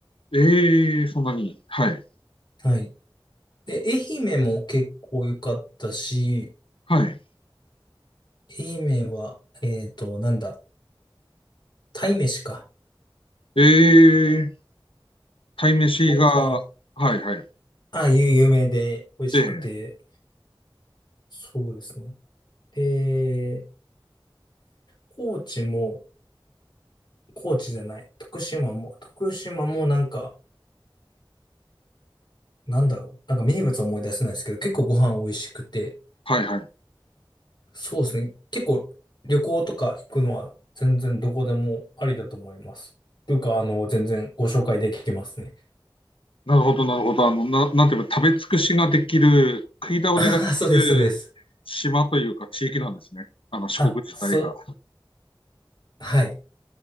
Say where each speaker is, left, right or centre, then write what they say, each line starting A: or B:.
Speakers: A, on the left; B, on the left.
A: ええそんなに。はい。
B: はい。で、愛媛も結構良かったし、
A: はい。
B: 愛媛は、えっと、なんだ、鯛めしか、
A: ええ鯛めしが、
B: とか、
A: はいはい。
B: あ、有有名で美味しくて、
A: ええ
B: そうですね。で、高知も、高知じゃない。徳島も、徳島もなんか、なんだろう。なんか名物思い出せないですけど、結構ご飯美味しくて、
A: はいはい。
B: そうですね。結構旅行とか行くのは全然どこでもありだと思います。というか、あの、全然ご紹介できますね。
A: なるほど、なるほど。あの、な、なんていうか、食べ尽くしができる、食い倒れができる
B: ああ、そうです、そうです。
A: 島というか地域なんですね。あの、四国自体が。
B: あ、そう。はい。